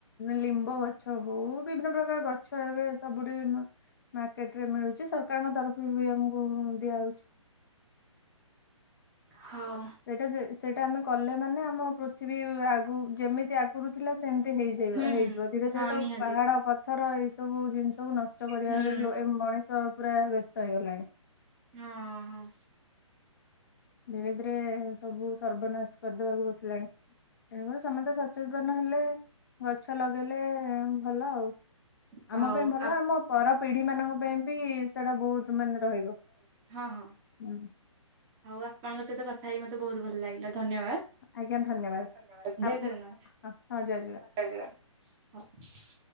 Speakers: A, on the left; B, on the right.
A: ଲିମ୍ବ ଗଛ ହଉ ବିଭିନ୍ନ ପ୍ରକାର ଗଛ ଏବେ ସବୁଠି ମାର୍କେଟରେ ମିଳୁଚି। ସେ ସରକାରଙ୍କ ତରଫରୁ ବି ଆମକୁ ଦିଆହଉଚି।
B: ହଉ।
A: ସେଇଟା ଯେ ସେଇଟା ଆମେ କଲେ ମାନେ ଆମ ପୃଥିବୀ ଆଗ ଯେମିତି ଆଗରୁ ଥିଲା ସେମିତି ହେଇଯାଇପାରେ
B: ହୁଁ
A: ହେଇଯିବ
B: ହୁଁ
A: ଧୀରେ
B: ହଁ
A: ଧୀରେ ତ
B: ନିହାତି
A: ପାହାଡ ପ ଥର ଏଇ ସବୁ ଜିନିଷକୁୁ ନଷ୍ଟ କରିବାରେ
B: ହୁଁ
A: ଏ ମଣିଷ ପୁରା ବ୍ୟସ୍ତ ହେଇଗଲାଣି।
B: ହଁ ହଁ।
A: ଧୀରେ ଧୀରେ ସବୁ ସର୍ବନାଶ କରିଦବାକୁ ବସିଲେଣି। ତେଣୁକରି ସମସ୍ତେ ସଚେତନ ହେଲେ ଗଛ ଲଗେଇଲେ ଭଲ ଆଉ।
B: ହଉ
A: ଆମ ପାଇଁ ଭଲ
B: ଆ
A: ଆମ ପର ପିଢି ମାନଙ୍କ ପାଇଁ ବି ସେଟା ବହୁତ ମାନେ ରହିବ।
B: ହଁ ହଁ
A: ହୁଁ
B: ହଉ ଆପଣଙ୍କ ସହିତ କଥା ହେଇ ମତେ ବହୁତ ଭଲ ଲାଗିଲା। ଧନ୍ୟବାଦ
A: ଆଜ୍ଞା ଧନ୍ୟବାଦ
B: ଜୟ ଜଗନ୍ନାଥ
A: ଆପ-
B: ଜୟ ଜଗନ୍ନାଥ।
A: ହଁ ହଁ, ଜୟ
B: ହଁ।